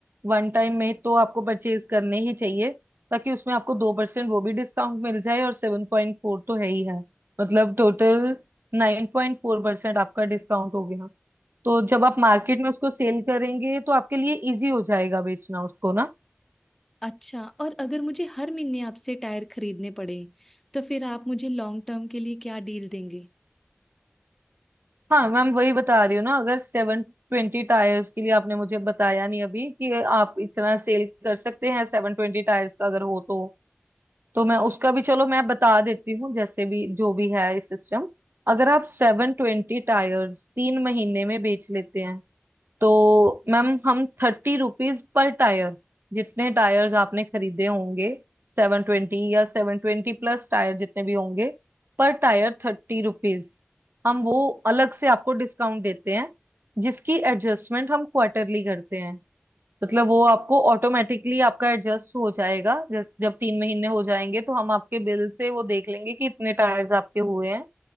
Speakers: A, on the right; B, in the centre.
A: वन टाइम में तो आपको परचेज करने ही चाहिए ताकि उसमें आपको दो परसेंट वो भी डिस्काउंट मिल जाए और सेवन पॉइंट फोर तो है ही है मतलब टोटल नाइन पॉइंट फोर परसेंट आपका डिस्काउंट हो गया तो जब आप मार्केट में उसको सेल करेंगे तो आपके लिए इजी हो जाएगा बेचना उसको ना
B: अच्छा और अगर मुझे हर महीने आपसे टायर खरीदने पड़े तो फिर आप मुझे लॉन्ग टर्म के लिए क्या डील देंगे
A: हाँ मैम वही बता रही हूँ ना अगर सेवन ट्वेंटी टायर्स के लिए आपने मुझे बताया नहीं अभी कि आप इतना सेल कर सकते हैं सेवन ट्वेंटी टायर्स का अगर हो तो तो मैं उसका भी चलो मैं बता देती हूँ जैसे भी जो भी है सिस्टम अगर आप सेवन ट्वेंटी टायर्स तीन महीने में बेच लेते हैं तो मैम हम थर्टी रुपीज पर टायर जितने टायर्स आपने खरीदे होंगे सेवन ट्वेंटी या सेवन ट्वेंटी प्लस टायर जितने भी होंगे पर टायर थर्टी रुपीज हम वो अलग से आपको डिस्काउंट देते हैं जिसकी एडजस्टमेंट हम क्वार्टरली करते हैं मतलब वो आपको ऑटोमेटिकली आपका एडजस्ट हो जाएगा जब जब तीन महीने हो जाएंगे तो हम आपके बिल से वो देख लेंगे कि इतने टायर्स आपके हुए हैं